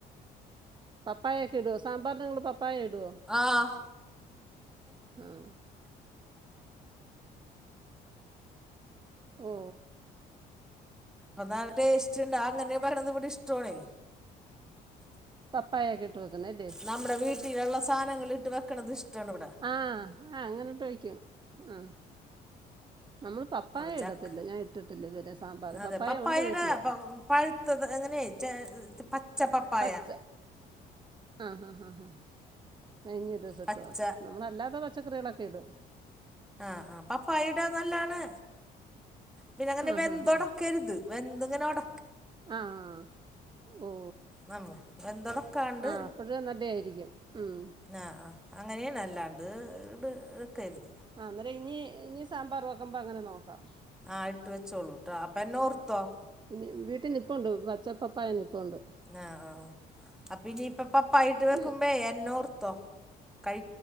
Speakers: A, on the right; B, in the centre.
A: പപ്പായൊക്കെ ഇടോ സാമ്പാറിന് ഇങ്ങള് പപ്പായ ഇടോ
B: ആഹ്
A: ഉം ഓ
B: അപ്പനല്ല ടേസ്റ്റ് ഉണ്ട് അങ്ങനെ പറയണത് ഇവിടിഷ്ട്ടാണേ
A: പപ്പായൊക്കെ ഇട്ട് വെക്കുന്നല്ലീ
B: നമ്മുടെ വീട്ടിലുള്ള സാധനങ്ങള് ഇട്ട് വെക്കണത് ഇഷ്ടമാണ് ഇവിടെ
A: ആ ആ അങ്ങനിട്ട് വയ്ക്കും ആ നമ്മള് പപ്പായ
B: അപ്പം ചക്ക
A: ഇടത്തില്ല ഞാൻ ഇട്ടിട്ടില്ല ഇതുവരെ സാമ്പാർ
B: അതെ
A: പപ്പായ
B: പപ്പായയുടെ
A: ഉണ്ട് വീട്ടില്
B: പ- പഴുത്തത് എങ്ങനെ ചെ പച്ച പപ്പായ
A: പച്ച ആ ഹാ ഹാ ഹാ ഞാ ഇനി ഒരുദിവസിട്ട്
B: പച്ച
A: ട്ടു നോക്കാം നമ്മളല്ലാത്ത പച്ചക്കറികളൊക്കെയിടും
B: ആഹ് ആഹ് പപ്പയിടാൻ നല്ലാണ് പിന്നെ അങ്ങനെ
A: ആ
B: വെന്തൊടക്കരുത്
A: ഹാ ഹാ
B: വെന്ത്ങ്ങനൊട
A: ആഹ് ഓ
B: നമ്മ വെന്തുടക്കാണ്ട്
A: ആ അപ്പഴ്‌ നല്ലയായിരിക്കും ഉം
B: ആഹ് ആഹ് അങ്ങനെണ് അല്ലാണ്ട് ഇടു ക്കരുത്
A: ആ അന്നേര ഇനി ഇനി സാമ്പാർ വക്കുമ്പോൾ അങ്ങനെ നോക്കാം
B: ആഹ് ഇട്ട് വെച്ചോളൂ ട്ടൊ അപ്പെന്നെ ഓർത്തോ
A: ഇനി വീട്ടിൽ നിപ്പുണ്ട് പച്ച പപ്പായ നിപ്പുണ്ട്
B: ആഹ് ആഹ് അപ്പ ഇനിയിപ്പെ പപ്പായിട്ട്
A: പിന്നെ
B: വെക്കുമ്പേ എന്നോർത്തോ കഴി